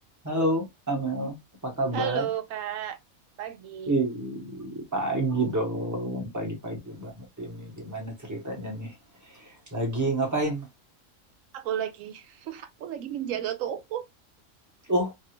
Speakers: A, on the right (about 15°); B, on the right (about 75°).
A: Halo, Amel. Apa kabar?
B: Halo Kak, pagi.
A: Ih, pagi dong. Pagi-pagi banget ini. Gimana ceritanya nih? Lagi ngapain?
B: Aku lagi, aku lagi menjaga toko.
A: Oh,